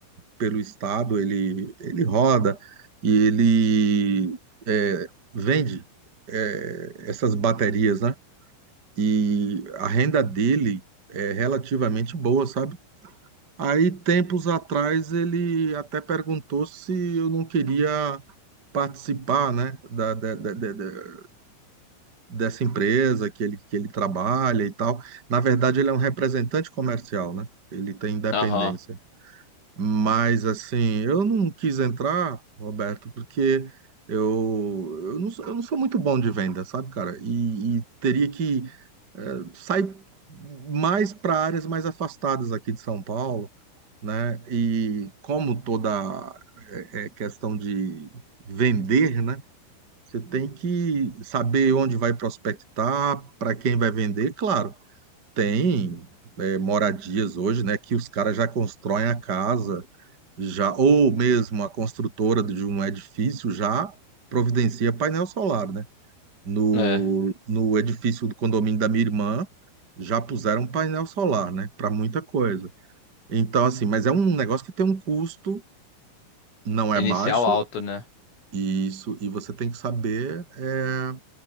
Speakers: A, on the right; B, on the left.
A: pelo estado, ele, ele roda e ele é, vende é, essas baterias, né? E a renda dele é relativamente boa, sabe? Aí, tempos atrás, ele até perguntou se eu não queria participar, né, da, da- da- da- da- dessa empresa que ele, que ele trabalha e tal. Na verdade, ele é um representante comercial, né? Ele tem independência.
B: Aham,
A: Mas assim, eu não quis entrar, Roberto, porque eu, eu não, sou- eu não sou muito bom de venda, sabe, cara? E, e teria que eh, sair mais para áreas mais afastadas aqui de São Paulo, né? E como toda é, questão de vender, né? Você tem que saber onde vai prospectar, para quem vai vender. Claro, tem eh, moradias hoje, né? Que os caras já constroem a casa já, ou mesmo a construtora de um edifício já providencia painel solar, né? No,
B: é.
A: no edifício do condomínio da minha irmã, já puseram painel solar, né? Para muita coisa. Então, assim, mas é um negócio que tem um custo, não é
B: Inicial
A: baixo,
B: alto, né?
A: e isso, e você tem que saber é,